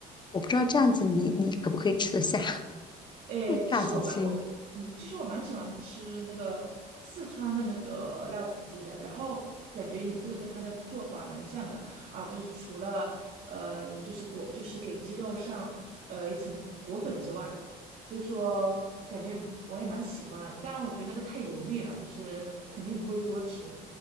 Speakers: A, on the left; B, on the right.
A: 我不知道这样子你你可不可以吃得下
B: 诶，
A: <laughs>
B: 其实我蛮我嗯，
A: 炸子鸡？
B: 其实我蛮喜欢吃那个四川的那个辣子鸡的，然后感觉你这个跟它的做法蛮像的啊，就是除了呃，就是裹就是给鸡肉上呃一层裹裹粉之外，所以说感觉我也蛮喜欢的当然，我觉得那个太油腻了，就是肯定不会多吃，